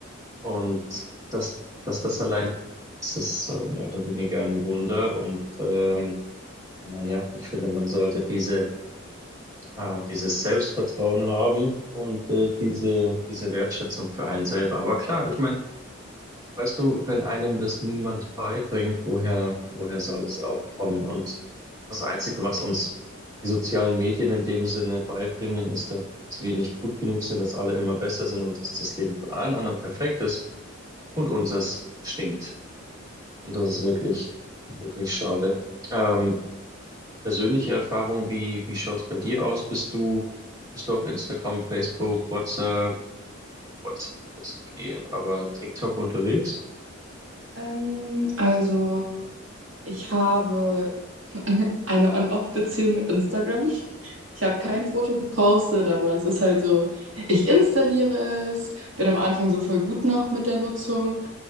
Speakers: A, on the right; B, on the right.
A: Und dass, dass das allein ist, ist äh, mehr oder weniger ein Wunder. Und ähm, naja, ich finde, man sollte diese, äh, dieses Selbstvertrauen haben und äh, diese, diese Wertschätzung für einen selber. Aber klar, ich meine, Weißt du, wenn einem das niemand beibringt, woher, woher soll das auch kommen? Und das Einzige, was uns die sozialen Medien in dem Sinne beibringen, ist, dass wir nicht gut genug sind, dass alle immer besser sind und dass das Leben von allen anderen perfekt ist und unseres stinkt. Und das ist wirklich, wirklich schade. Ähm, persönliche Erfahrung, wie, wie schaut's bei dir aus? Bist du, bist du auf Instagram, Facebook, WhatsApp? WhatsApp ist okay, aber TikTok unterwegs?
B: Ähm, also, ich habe eine eine On-Off-Beziehung mit Instagram. Ich habe kein Foto gepostet, aber es ist halt so, ich installiere es, bin am Anfang so voll gut noch mit der Nutzung,